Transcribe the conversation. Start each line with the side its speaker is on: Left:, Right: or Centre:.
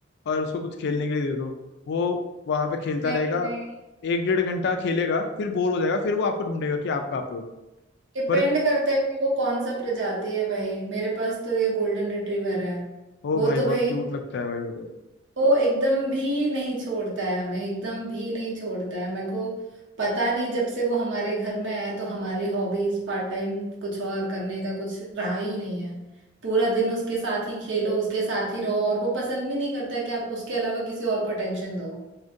Left: और उसको कुछ खेलने के लिए दे दो वो वहां पे खेलता
Right: नहीं
Left: रहेगा
Right: नहीं
Left: एक डेढ़ घंटा खेलेगा फिर बोर हो जाएगा फिर वो आपको ढूंढेगा कि आप कहाँ पे हो
Right: डिपेंड
Left: पर
Right: करता है कि वो कौन सा प्रजाति है भाई मेरे पास तो ये गोल्डन रिट्रीवर है
Left: ओ
Right: वो
Left: भाई
Right: तो
Left: बहुत
Right: भाई
Left: क्यूट लगता है भाई वो तो
Right: वो एकदम भी नहीं छोड़ता है हमें एकदम भी नहीं छोड़ता है मेरे को पता नहीं जब से वो हमारे घर में आया तो हमारी हॉबीज पार्ट टाइम कुछ और करने का कुछ रहा ही नहीं है पूरा दिन उसके साथ ही खेलो उसके साथ ही रहो और वो पसंद भी नहीं करता है कि आप उसके अलावा किसी और को टेंशन दो